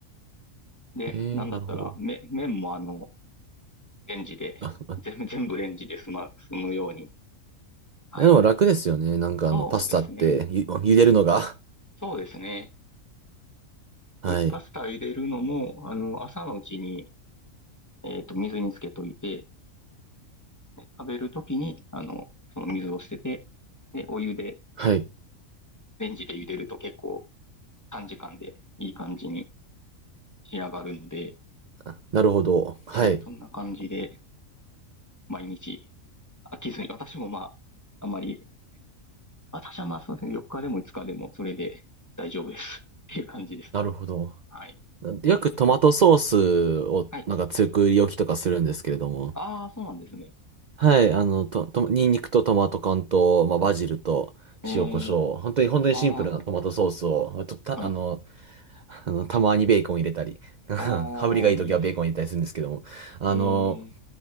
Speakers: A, on the left (about 15°); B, on the right (about 65°).
A: で、
B: ええ、
A: なんだったら、
B: なるほど。
A: め、麺もあの、レンジで、
B: あ、あ
A: 全部、全部レンジで済ま、済むように。はい。
B: でも楽ですよね。なんかあの、
A: そうですね。
B: パスタってゆ、茹でるのが。
A: そうですね。
B: <laughs> はい。
A: パスタ入れるのも、あの、朝のうちに、えっと、水につけといて、で食べるときに、あの、その水を捨てて、で、お湯で、
B: はい。
A: レンジで茹でると結構短時間でいい感じに仕上がるので、
B: あなるほど。はい。
A: ね、そんな感じで毎日飽きずに、私もまあ、あまり、私はまあそうですね、4日でも5日でもそれで大丈夫です。<laughs> っていう感じです。
B: なるほど。
A: はい。
B: よくトマトソースをなんか強く売り置きとかするんですけれども。
A: はい。ああ、そうなんですね。
B: はい、あの、と、と、ニンニクとトマト缶と、まあ、バジルと塩コショウ。
A: ええ、
B: 本当に、本当にシンプルなトマトソースを、
A: あ
B: と、た、
A: あ、はい。
B: あの、<laughs> あの、たまにベーコン入れたり、<laughs>
A: ああ、
B: 羽振りがいい時はベーコン入れたりするんですけども。
A: いいですね。
B: あの、
A: ええ、